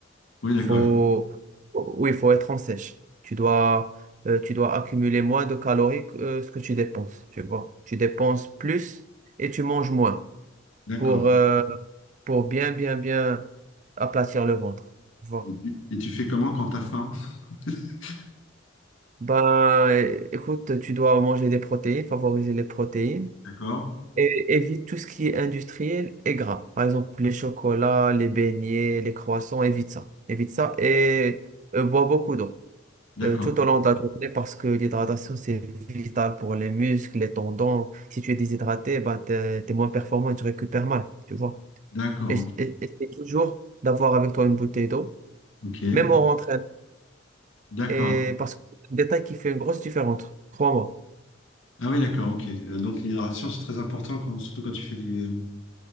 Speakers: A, on the left; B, on the right.
A: Oui, d'accord.
B: Faut, oui, il faut être en sèche. Tu dois, euh, tu dois accumuler moins de calories que euh, ce que tu dépenses. Tu vois, tu dépenses plus et tu manges moins
A: D'accord.
B: pour, euh, pour bien, bien, bien aplatir le ventre. Tu vois.
A: Et tu, et tu fais comment quand t'as faim? <laughs>
B: Ben, é- écoute, tu dois manger des protéines, favoriser les protéines.
A: D'accord.
B: Et évite tout ce qui est industriel et gras. Par exemple, les chocolats, les beignets, les croissants, évite ça. Évite ça et euh, bois beaucoup d'eau
A: D'accord.
B: euh, tout au long de la journée parce que l'hydratation, c'est vital pour les muscles, les tendons. Si tu es déshydraté, bah, t'es, t'es moins performant et tu récupères mal, tu vois.
A: D'accord.
B: Et, et- essaie toujours d'avoir avec toi une bouteille d'eau,
A: Ok. Ok.
B: même en rentrant.
A: D'accord.
B: Et parce que c'est un détail qui fait une grosse différence, crois-moi.
A: Ah oui, d'accord. Ok. Euh, Donc l'hydratation, c'est très important, quand- surtout quand tu fais du, euh,